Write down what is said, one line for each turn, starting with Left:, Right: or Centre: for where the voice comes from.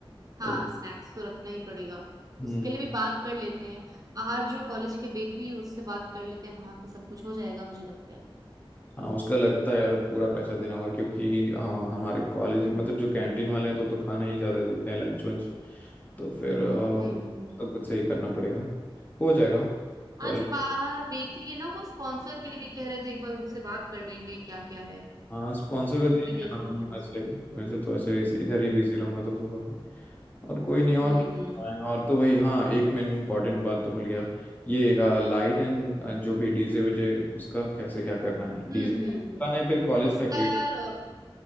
Right: हाँ
Left: तो
Right: स्नैक्स तो रखना ही पड़ेगा
Left: हम्म
Right: उसके लिए भी बात कर लेते हैं बाहर जो कॉलेज के बेकरी है उससे बात कर लेते हैं वहां पे सब कुछ हो जाएगा मुझे लगता है
Left: हाँ उसका लगता है यार पूरा पैसा देना होगा क्योंकि हाँ हमारे कॉलेज मतलब जो कैंटीन वाले हैं तो तो खाना ही ज़्यादा देते हैं लंच वंच तो फिर अ, वो
Right: हम्म हम्म
Left: तो खुद से ही करना पड़ेगा हो जाएगा कॉलेज
Right: हाँ जो बाहर बेकरी है ना वो स्पॉन्सर के लिए भी कह रहे थे एक बार उनसे बात कर लेंगे क्या क्या है
Left: हाँ स्पॉन्सर
Right: तो
Left: का
Right: वो
Left: देख
Right: भी
Left: लेना
Right: देख लेंगे
Left: तुम
Right: उनसे
Left: वैसे वैसे तो ऐसे इस- इधर ही बिजी रहूंगा तो थोड़ा और कोई नहीं और
Right: हम्म
Left: क्या
Right: हम्म
Left: करवाएं?
Right: हम्म
Left: और तो वही हाँ एक मैंने इम्पोर्टेंट बात तो भूल गया ये लाइट एंड जो भी डीजे वीजे उसका कैसे क्या करना है डीजे
Right: हम्म हम्म,
Left: कराना
Right: हम्म। हम्म।
Left: है फिर कॉलेज
Right: इसका
Left: का
Right: यार अ,